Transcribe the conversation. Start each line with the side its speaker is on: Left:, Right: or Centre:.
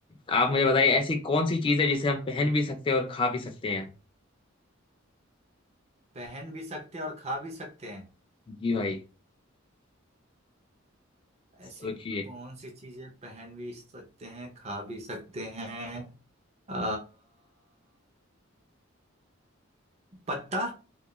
Left: आप मुझे बताइए ऐसी कौन सी चीज है जिसे हम पहन भी सकते हैं और खा भी सकते हैं
Right: पहन भी सकते हैं और खा भी सकते हैं
Left: जी भाई
Right: ऐसी
Left: सोचिए
Right: कौन सी चीजें पहन भी सकते हैं खा भी सकते हैं आ, पत्ता